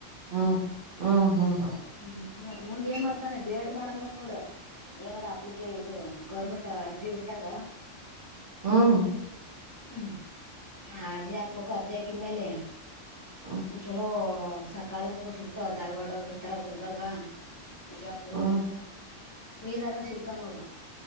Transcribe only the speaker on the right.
ಹ್ಮ್ ಹ್ಮ್ ಹ್ಮ್
ಹ್ಮ್
ಹ್ಮ್
ಹ್ಮ್